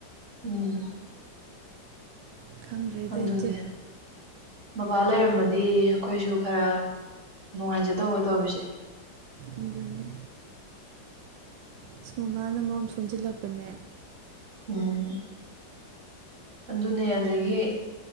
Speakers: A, on the right (about 40°); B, on the right (about 85°).
A: ꯎꯝ
B: ꯈꯪꯗ꯭ꯔꯦꯗ
A: ꯑꯗꯨꯅꯦ
B: ꯏꯆꯦ
A: ꯃꯕꯥ ꯂꯩꯔꯝꯃꯗꯤ ꯑꯩꯈꯣꯏꯁꯨ ꯈꯔ ꯅꯨꯡꯉꯥꯏꯖꯗꯧꯕ ꯇꯧꯔꯤꯁꯦ꯫
B: ꯑꯗꯨꯅꯦ ꯑꯁ ꯃꯃꯥꯅ ꯃꯔꯣꯝ ꯁꯟꯖꯤꯜꯂꯛꯄꯅꯦ
A: ꯎꯝ ꯑꯗꯨꯅꯦ ꯑꯗꯒꯤ